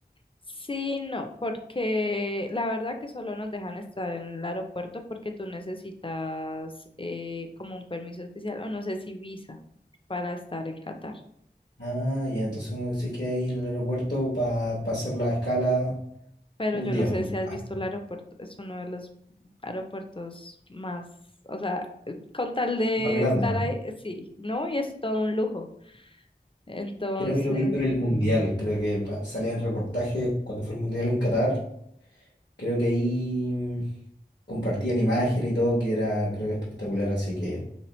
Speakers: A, on the left; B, on the left.
A: Sí, no, porque la verdad que solo nos dejan estar en el aeropuerto porque tú necesitas eh, como un permiso especial, o no sé si visa para estar en Qatar.
B: Ah, ya, entonces uno que se queda ahí en el aeropuerto para hacer la escala
A: pero
B: un
A: yo
B: día,
A: no sé
B: y-
A: si has
B: ah,
A: visto el aeropuerto, es uno de los aeropuertos más, o sea, eh, con tal de
B: más grande,
A: estar
B: ¿no?
A: ahí, eh, sí, ¿no? Y es todo un lujo. Entonces,
B: Creo que lo vi por el Mundial, creo que ah, salía en reportajes cuando fue el Mundial en Qatar, creo que ahí mm, compartían imágenes y todo, que era, creo que espectacular, así que